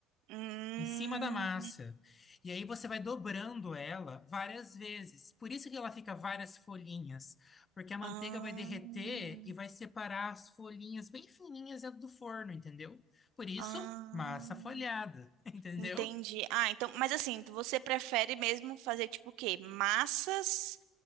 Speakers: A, on the right (about 70°); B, on the left (about 30°).
A: Hum.
B: em cima da massa. E aí você vai dobrando ela várias vezes. Por isso que ela fica várias folhinhas, porque a manteiga
A: Ah.
B: vai derreter e vai separar as folhinhas bem fininhas dentro do forno, entendeu? Por isso,
A: Ah.
B: massa folhada, <laughs> entendeu?
A: Entendi. Ah, então, mas assim, você prefere mesmo fazer tipo o quê? Massas,